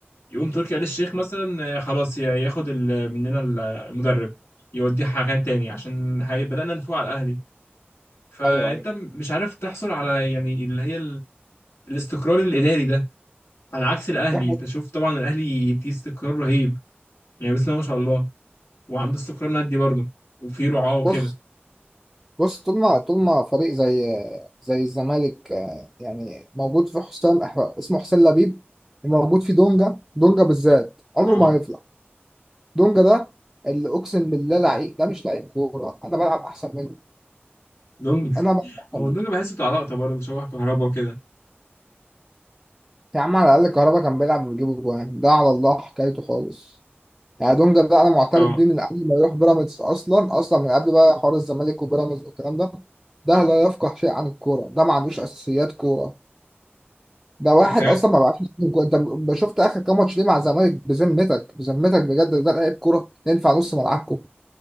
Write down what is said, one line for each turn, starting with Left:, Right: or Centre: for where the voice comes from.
Left: يقوم تركي آل الشيخ مثلا آه، خلاص ياخد ال- مننا المدرب يوديه مكان تاني عشان هي- بدأنا نفوق على الاهلي فانت
Centre: أيوه أيوه
Left: م- مش عارف تحصل على يعني اللي هي ال... الاستقرار الاداري ده على عكس الاهلي
Centre: دي حاجة-
Left: انت شوف طبعا الاهلي فيه استقرار رهيب يعني بسم الله ما شاء الله وعنده استقرار مادي برضه وفيه رعاه وكده
Centre: بص بص طول ما طول ما فريق زي زي الزمالك آه، يعني موجود في حسام أح- اسمه حسين لبيب وموجود في دونجا دونجا بالذات عمره
Left: اه
Centre: ما هيفلح دونجا ده اللي اقسم بالله لعيب ده مش لعيب كوره انا بلعب احسن منه
Left: دونجا
Centre: انا بلعب احسن
Left: هو
Centre: منه
Left: دونجا بحسه بتاع لقطه برضه شبه كهربا وكده
Centre: يا عم على الاقل كهربا كان بيلعب وبيجيب جوان ده على الله حكايته خالص يعني دونجا ده انا معترف
Left: اه
Centre: بيه من قبل ما يروح بيراميدز اصلا اصلا من قبل بقى حوار الزمالك وبيراميدز والكلام ده ده لا يفقه شيء عن الكوره ده ما عندوش اساسيات كوره ده واحد
Left: ف
Centre: اصلا ما بعتش انت م- شفت اخر كام ماتش ليه مع الزمالك بذمتك بذمتك بجد ده لعيب كوره ينفع نص ملعبكم